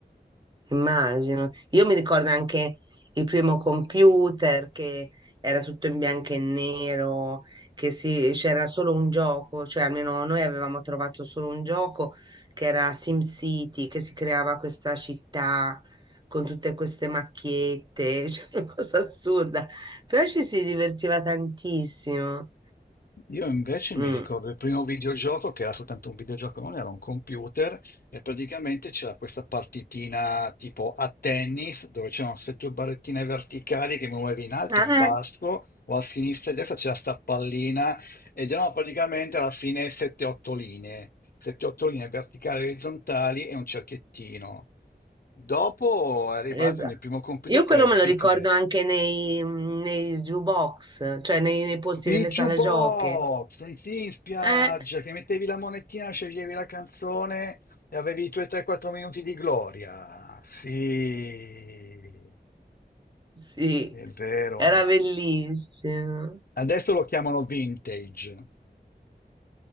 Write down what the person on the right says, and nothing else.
Immagino. Io mi ricordo anche il primo computer che era tutto in bianco e nero, che si- c'era solo un gioco, cioè almeno noi avevamo trovato solo un gioco che era SimCity, che si creava questa città con tutte queste macchiette, <laughs> cioè una cosa assurda, però ci si divertiva tantissimo.
Mm.
Eh.
Esatto.
Io
quello
me lo
ricordo anche nei, nei jukebox, cioè nei, nei posti
nelle
sale giochi.
Eh,
sì,
era bellissimo.